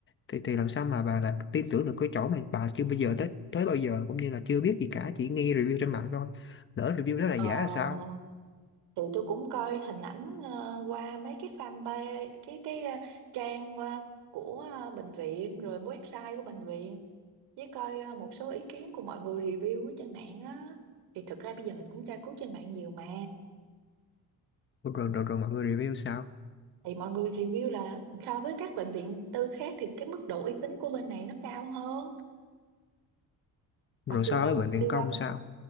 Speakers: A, on the left; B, on the right.
A: thì thì làm sao mà bà là tin tưởng được cái chỗ mà bà chưa bây giờ tới tới bao giờ cũng như là chưa biết gì cả chỉ nghe review trên mạng thôi lỡ review đó là
B: Ờ,
A: giả là sao
B: thì tôi cũng coi hình ảnh ờ, qua mấy cái fanpage cái cái ờ, trang ờ, của ờ, bệnh viện rồi website của bệnh viện với coi ờ, một số ý kiến của mọi người review ở trên mạng á thì thực ra bây giờ mình cũng tra cứu trên mạng nhiều mà
A: rồi rồi rồi, mọi người review sao
B: thì mọi người review là so với các bệnh viện tư khác thì cái mức độ uy tín của bên này nó cao hơn mặc
A: rồi
B: dù
A: so
B: là
A: với bệnh viện
B: đi qua
A: công sao